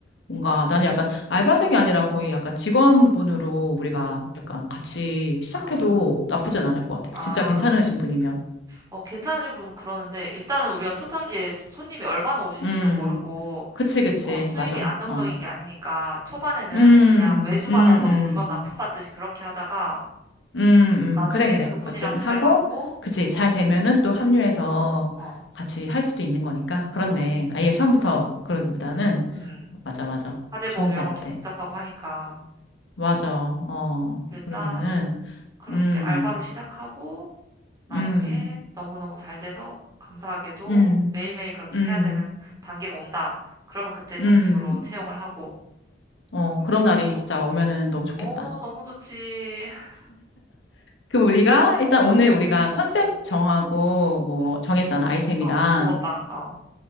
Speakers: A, on the left; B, on the right.
A: 뭔가 나는 약간 알바생이 아니라 거의 약간 직원분으로 우리가 약간 같이 시작해도
B: 아.
A: 나쁘진 않을 것 같아. 그
B: 아,
A: 진짜 괜찮으신 분이면.
B: 어, 괜찮으신 분 그러는데, 일단은 우리가 초창기에 수- 손님이 얼마나 오실지도
A: 음,
B: 모르고,
A: 그치, 그치.
B: 어, 수입이
A: 맞아.
B: 안정적인
A: 어.
B: 게 아니니까, 초반에는
A: 음,
B: 그냥 외주
A: 음,
B: 받아서
A: 음.
B: 물건 납품받듯이 그렇게 하다가,
A: 음,
B: 나중에
A: 음, 그래, 그래.
B: 그분이랑
A: 어쨌든
B: 잘
A: 하고,
B: 맞고,
A: 그치. 잘
B: 어,
A: 되면은 또
B: 그렇지.
A: 합류해서
B: 어,
A: 같이 할 수도 있는 거니까. 그렇네.
B: 어,
A: 아예 처음부터 그러기보다는.
B: 음,
A: 맞아,
B: 어,
A: 맞아.
B: 사대보험
A: 좋은
B: 이런
A: 것 같아.
B: 것도 복잡하고 하니까,
A: 맞아.
B: 어,
A: 어,
B: 일단은
A: 그러면은,
B: 그렇게
A: 음,
B: 알바로 시작하고, 나중에
A: 음,
B: 너무너무 잘 돼서 감사하게도
A: 음,
B: 매일매일 그렇게
A: 음,
B: 해야 되는 단계가 온다. 그러면 그때 정식으로
A: 음.
B: 채용을 하고
A: 어,
B: 이렇게
A: 그런
B: 해도
A: 날이
B: 될 것
A: 진짜
B: 같은데.
A: 오면은 너무 좋겠다.
B: 어, 너무 좋지. <laughs>
A: 그럼 우리가, 일단
B: 어,
A: 오늘 우리가 컨셉 정하고, 뭐,
B: 응.
A: 정했잖아, 아이템이랑.
B: 어, 붕어빵. 어,